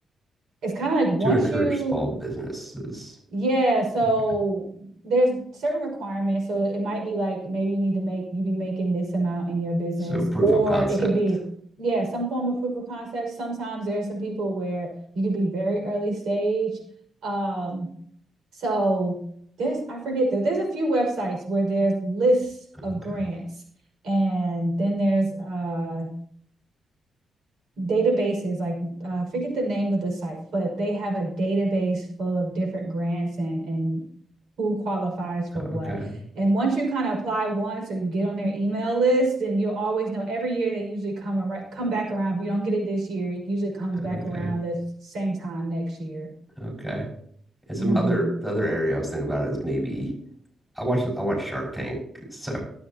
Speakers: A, on the right (about 75°); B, in the centre.
A: It's kind of like once
B: To encourage
A: you
B: small businesses.
A: yeah, so
B: Okay.
A: there's certain requirements. So it might be like maybe you need to make you be making this amount in your business,
B: So proof
A: or
B: of concept.
A: it could be, yeah, some form of proof of concept. Sometimes there's some people where you could be very early stage. Um, so there's I forget that there's a few websites where there's lists
B: Okay.
A: of grants, and then there's uh databases like uh, I forget the name of the site but they have a database full of different grants and and who qualifies for what
B: Okay.
A: and once you kind of apply once or you get on their email list then you'll always know every year they usually come around come back around if you don't get it this year it usually comes back
B: Okay.
A: around the same time next year
B: Okay. And some
A: mm-hmm.
B: other the other area I was thinking about is maybe I watch I watch Shark Tank, <laughs> so